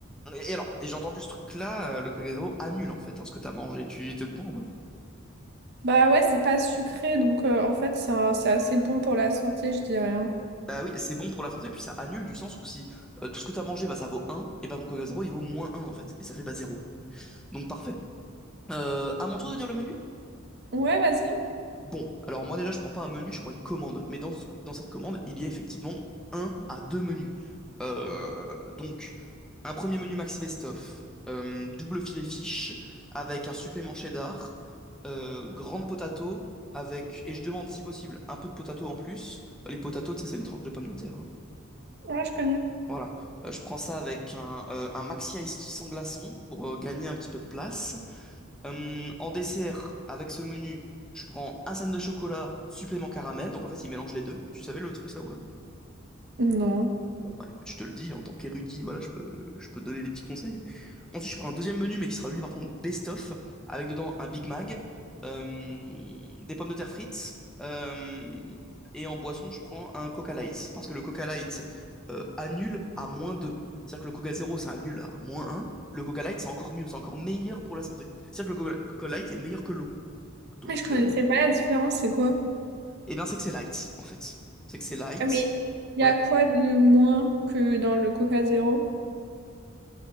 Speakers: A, in the centre; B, on the right.
A: Et alors, et j'ai entendu ce truc-là, euh, le Coca-Zéro annule, en fait, hein, ce que t'as mangé. Tu étais au courant ou pas?
B: Bah ouais, c'est pas sucré, donc euh, en fait, c'est un- c'est assez bon pour la santé, je dirais. hein.
A: Bah oui, c'est bon pour la santé, puis ça annule du sens où si euh, tout ce que t'as mangé, bah ça vaut un et bah mon Coca-Zéro, il vaut moins un en fait. Et ça fait bah zéro Donc parfait. Euh, à mon tour de dire le menu?
B: Ouais, vas-y.
A: Bon, alors moi déjà, je prends pas un menu, je prends une commande. Mais dans, ce- dans cette commande, il y a effectivement un à deux menus. Euh, donc, un premier menu Maxi Best Of, euh, double filet fish avec un supplément cheddar, euh, grande potato avec, et je demande si possible, un peu de potato en plus. Les potatoes, tu sais, c'est les tranches de pommes de terre. hein.
B: Ouais, je connais.
A: Voilà. Euh, je prends ça avec un, euh, un Maxi Ice Tea sans glaçon pour euh, gagner un petit peu de place. Hum, en dessert, avec ce menu, je prends un sandwich de chocolat, supplément caramel. Donc en fait, il mélange les deux. Tu savais le truc ça ou pas?
B: Non.
A: Bon bah écoute, je te le dis, en tant qu'érudit, voilà, je peux, je peux te donner des petits conseils. Ensuite, je prends un deuxième menu, mais qui sera lui par contre best-of, avec dedans un Big Mac, euh, des pommes de terre frites, euh, et en boisson, je prends un Coca Light. Parce que le Coca Light euh, annule à moins 2. C'est-à-dire que le Coca Zéro, ça annule à moins un. Le Coca Light, c'est encore mieux, c'est encore meilleur pour la santé. C'est-à-dire que le Coca Coca Light est meilleur que l'eau. Donc,
B: Mais je connaissais
A: euh,
B: pas la différence, c'est quoi?
A: eh bien, c'est que c'est light, en fait. C'est que c'est light.
B: Ah, Mais il
A: Ouais,
B: y a quoi de moins que dans le Coca Zéro?